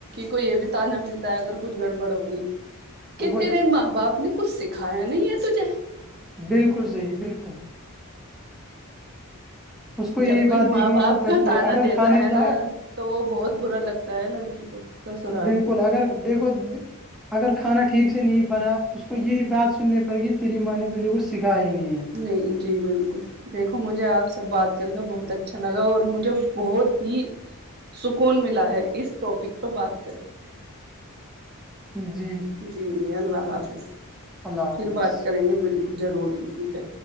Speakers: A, on the right (about 45°); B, in the centre.
A: کوئی یہ بھی تان نہا ملتا ہے اگر کچھ گڑبڑ ہو گئی کہ
B: وہی
A: تیرے ماں باپ نہیں کچھ سکھایا نہیں ہے تجھے
B: بالکل صحیح بالکل اس کو یہی
A: جب کوئی
B: بات
A: ماں
B: دیکھنے
A: باپ
B: کو پڑتی
A: کا تانا
B: ہے اگر
A: دیتا
B: کھانے
A: ہے نا
B: پہ
A: تو وہ بہت برا لگتا ہے لڑکی کو سسرال
B: بالکل
A: میں
B: اگر دیکھو اگر کھانا ٹھیک سے نہیں بنا اس کو یہی بات سننی پڑے گی تیری ماں نے تجھے کچھ سکھایا ہی نہیں ہے
A: نہیں جی بالکل دیکھو مجھے آپ سب بات کر کے بہت اچھا لگا اور مجھے بہت ہی سکون ملا ہے اس ٹاپک پر بات کر کے
B: جی
A: جی جی اللہ حافظ
B: اللہ حافظ
A: پھر بات کریں گے بالکل ضرور اسی پہ